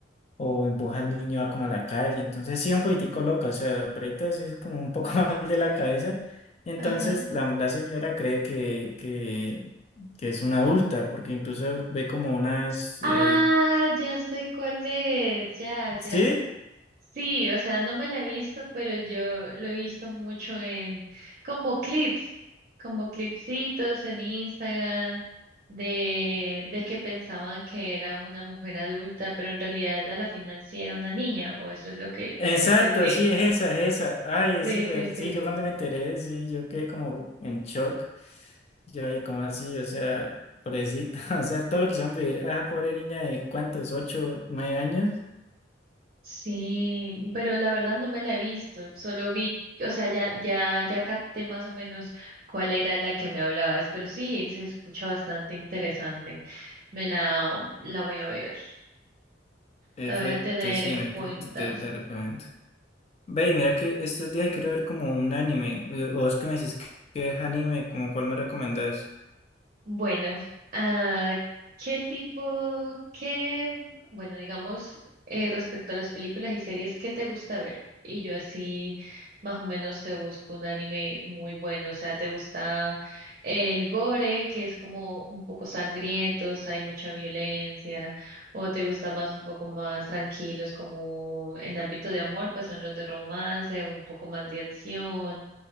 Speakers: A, on the left; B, on the right.
A: o empuja al niño a como a la calle. Entonces sí, un poquitico loca, o sea, la perrita sí es como un poco <laughs> mal de la cabeza. Entonces
B: ajá.
A: la, la señora cree que, que, que es una adulta, porque incluso ve como unas...
B: Ah,
A: eh,
B: ya sé cuál es. Ya, ya.
A: Sí,
B: Sí, o sea, no me la he visto, pero yo lo he visto mucho en como clips, como clipsitos en Instagram de, de que pensaban que era una mujer adulta, pero en realidad a la final sí era una niña, o eso es lo que
A: exacto,
B: entendí.
A: sí, es esa, es esa. Ay, es
B: Sí,
A: súper,
B: sí,
A: sí,
B: sí.
A: yo cuando me enteré, sí, yo quedé como en shock. Yo, ay, ¿cómo así? O sea, pobrecita, <laughs> o sea, todo lo que hicieron vivir a esa pobre niña de cuántos, ocho, nueve años.
B: Sí, pero la verdad no me la he visto, solo vi, o sea, ya, ya, ya capté más o menos cuál era la que me hablabas, pero sí, se escucha bastante interesante. Me la, la voy a ver.
A: Efecto,
B: La voy a tener
A: sí,
B: en
A: en efecto,
B: cuenta.
A: te, te recomiendo. Ve, y mira que estos días quiero ver como un anime. y Vos que me decís que que es anime, como cuál me recomendás.
B: Bueno, ah, ¿qué tipo, qué, bueno, digamos, eh, respecto a las películas y series, ¿qué te gusta ver? Y yo así más o menos te busco un anime muy bueno. O sea, ¿te gusta el gore, que es como un poco sangrientos, hay mucha violencia? ¿O te gusta más un poco más tranquilos, como en ámbito de amor, pues son los de romance, un poco más de acción?